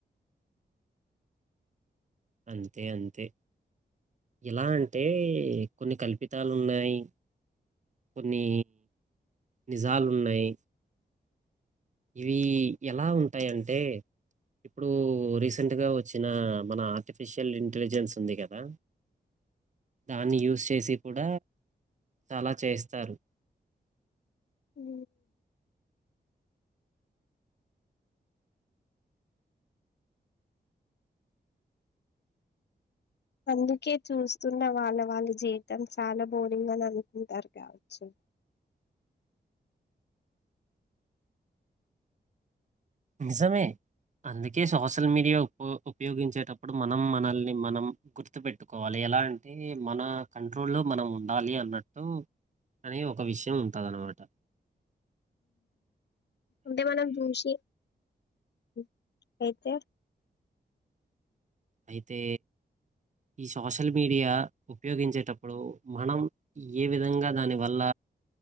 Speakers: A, on the right (about 45°); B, on the left (about 80°).
A: అంతే అంతే ఎలా అంటే కొన్ని కల్పితాలు ఉన్నాయి కొన్ని నిజాలు ఉన్నాయి ఇవి ఎలా ఉంటాయంటే ఇప్పుడు రీసెంట్ గా వచ్చిన మన ఆర్టిఫిషియల్ ఇంటెలిజెన్స్ ఉంది కదా దాన్ని యూజ్ చేసి కూడ చాల చేస్తారు
B: ఉ అందుకే చూస్తున్న వాళ్ళ వాళ్ళ జీవితం చాల <unintelligible> అని అనుకుంటారు కావచ్చు
A: నిజమే అందుకే సోషల్ మీడియా ఉ ఉపయోగించేటప్పుడు మనం మనల్ని మనం గుర్తు పెట్టుకోవాలి ఎలా అంటే మన కంట్రోల్లో మనం ఉండాలి అన్నట్టు అనీ ఒక విషయం ఉంటదన్నమాట
B: అంటే మనం చూసి <unintelligible>
A: అయితే ఈ సోషల్ మీడియా ఉపయోగించేటప్పుడు మనం ఏ విధంగా దాని వల్ల